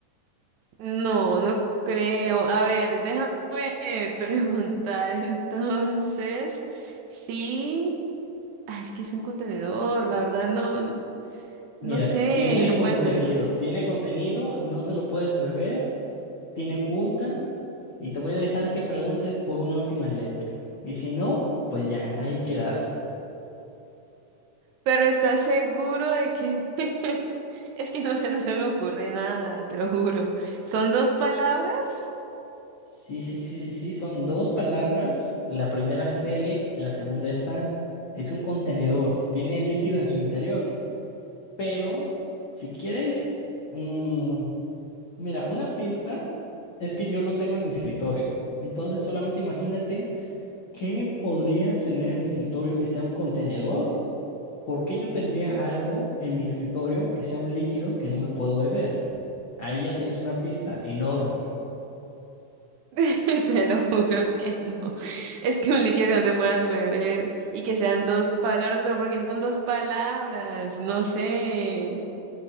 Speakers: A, on the right; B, on the left.
A: No, no creo. A ver, déjame <laughs> preguntar entonces. Sí, ah, es que es un contenedor, la verdad no, no
B: Mira,
A: sé
B: tiene
A: y no
B: contenido,
A: puedes beber.
B: tiene contenido, no te lo puedes beber, tiene punta y te voy a dejar que preguntes por una última letra. Y si no, pues ya, ahí quedaste.
A: Pero ¿estás seguro de que... <laughs> Es que no sé, no se me ocurre nada, te lo juro. ¿Son dos palabras?
B: Sí, sí, sí, sí, sí, son dos palabras, la primera es L, la segunda es A, es un contenedor, tiene líquido en su interior, pero si quieres, mm, mira, una pista es que yo lo tengo en mi escritorio, entonces solamente imagínate ¿Qué podría tener en mi escritorio que sea un contenedor? ¿Por qué yo tendría algo en mi escritorio que sea un líquido que no me puedo beber? Ahí ya tienes una pista enorme.
A: <laughs> Te lo juro que no. Es que un líquido que no te puedas beber y que sean dos palabras, pero porque son dos palabras? No sé.